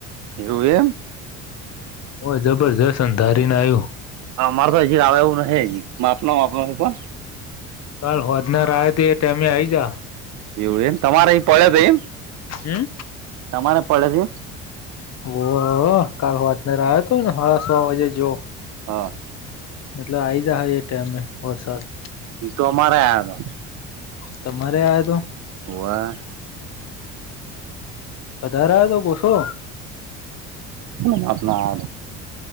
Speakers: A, on the right; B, on the left.
A: એવું એમ.
B: હું જબરજસ્ત અંધારીને આવ્યો.
A: મારે તો હજી આવવા એવું ન માપના માપ છે, પણ
B: કાલ હોજનાર આવે તોએ ટાઈમે આવીજા.
A: એવું એમ તમારે પડે ભાઈ એમ,
B: હું
A: તમારે પડે છે,
B: બ કાલ વાતનાર આવ્યો હતો, ને સાડા છ વાગેજો.
A: હા,
B: મતલબ આઈ જહાએ ટાઈમમે વરસાદ,
A: એતો અમારે આયા હતાં.
B: તમારે આતો,
A: વાહ,
B: વધારે હતો કે ઓછો.
A: હું આપણા.